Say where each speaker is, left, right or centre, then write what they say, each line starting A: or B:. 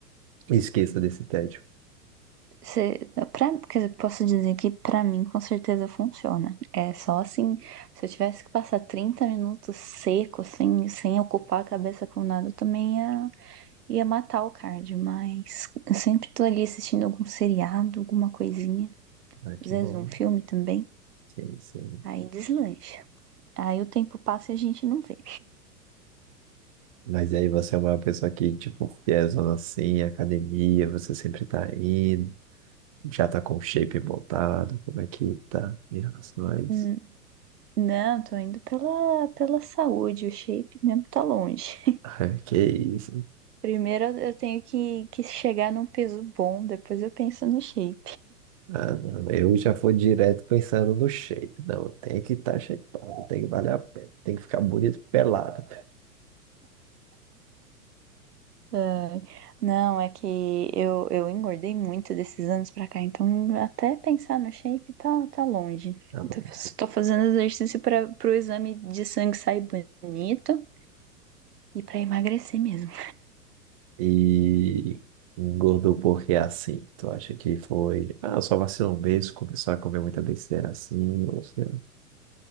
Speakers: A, on the right; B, on the right.
A: esqueça desse tédio.
B: Se, pra, quer dizer, posso dizer que pra mim com certeza funciona. É só assim, se eu tivesse que passar 30 minutos seco, sem, sem ocupar a cabeça com nada, eu também ia, ia matar o cardio, mas eu sempre tô ali assistindo algum seriado, alguma coisinha,
A: Ah, que
B: às vezes
A: bom.
B: um filme também,
A: Sim, sim.
B: aí deslancha. Aí o tempo passa e a gente não vê.
A: Mas aí você é uma pessoa que, tipo, fiézona assim, academia, você sempre tá indo, já tá com o shape voltado, como é que tá em relação a isso?
B: Hum, Não, tô indo pela, pela saúde, o shape mesmo tá longe.
A: <laughs> Que isso.
B: Primeiro eu tenho que, que chegar num peso bom, depois eu penso no shape.
A: Ah, não, eu já vou direto pensando no shape. Não, tem que estar tá shapeado, tem que valer a pena, tem que ficar bonito pelado.
B: Ai, não, é que eu, eu engordei muito desses anos pra cá, então até pensar no shape tá, tá longe.
A: Ah, não.
B: Tô, tô fazendo exercício para pro exame de sangue sair bonito e pra emagrecer mesmo.
A: E engordou porque é assim. Tu acha que foi, ah, só vacilou um mês, começou a comer muita besteira assim, ou seja,